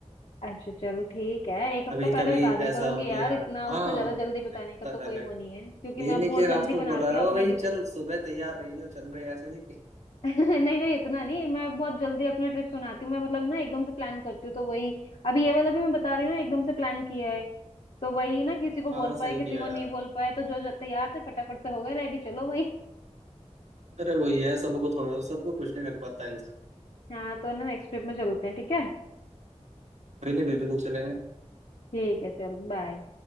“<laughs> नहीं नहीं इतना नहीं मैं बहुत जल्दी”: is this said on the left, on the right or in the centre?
Left